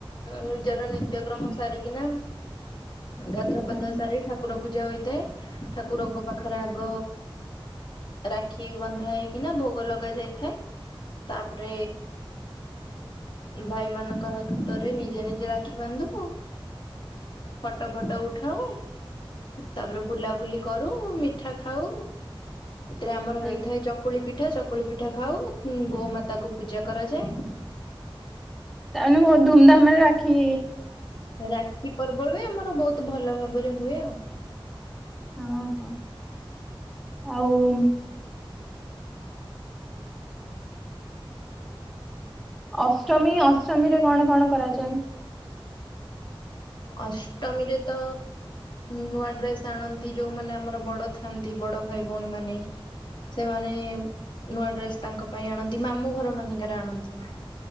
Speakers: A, on the left (about 60°); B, in the centre.
A: ନିଜର ନିତ୍ୟକ୍ରମ ସାରିକିନା ଗାଧୁଆ
B: ହୁଁ
A: ପାଧୁଆ ସାରି ଠାକୁର ପୂଜା ହୋଇଥାଏ ଠାକୁରଙ୍କ ପାଖରେ ଆଗ ରାକ୍ଷୀ ବନ୍ଧା ହେଇକି ନା ଭୋଗ ଲଗା ଯାଇଥାଏ। ତାପରେ ଭାଇମାନଙ୍କ ହାତରେ ନିଜେ ନିଜେ ରାକ୍ଷୀ ବାନ୍ଧୁ। ଫଟୋ ଫଟ ଉଠାଉ। ତାପରେ ବୁଲାବୁଲି କରୁ ମିଠା ଖାଉ ଏଥିରେ ଆମର
B: ହୁଁ
A: ହେଇଥାଏ ଚକୁଳି ପିଠା ପିଠା ଚକୁଳି ପିଠା ଖାଉ ଗୋମାତା କୁ ପୂଜା କରାଯାଏ।
B: ତାମାନେ ବହୁତ ଧୁମଧାମ ରେ ରାଖି
A: ରାକ୍ଷୀ ପର୍ବ ବି ଆମର ବହୁତ ଭଲ ଭାବରେ ହୁଏ ଆଉ।
B: ହଁ ହଁ ଆଉ ଅଷ୍ଟମୀ ଅଷ୍ଟମୀରେ କଣ କଣ କରାଯାଏ?
A: ଅଷ୍ଟମୀରେ ତ ନୂଆ ଡ୍ରେସ ଆଣନ୍ତି ଯୋଉମାନେ ଆମର ବଡ ଥାଆନ୍ତି ବଡ ଭାଇ ଭଉଣୀ ମାନେ ସେମାନେ ନୂଆ ଡ୍ରେସ ତାଙ୍କ ପାଇଁ ଆଣନ୍ତି ମାମୁଁ ଘର ମାନଙ୍କରେ ଆଣନ୍ତି।